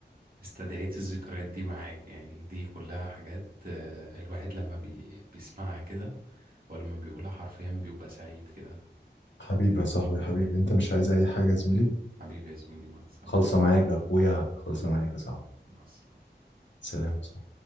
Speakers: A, on the right; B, on the left.
A: استدعيت الذكريات دي معاك يعني دي كلها حاجات آه، الواحد لما بي... بيسمعها كده أو لما بيقولها حرفيا بيبقى سعيد كده
B: حبيبي يا صاحبي حبيبي انت مش عايز اي حاجه يا زميلي
A: حبيبي يا زميلي مع السلامة
B: خلصه معاك يا اخويا خلصه معاك يا صاحبي
A: مع السلامة
B: سلام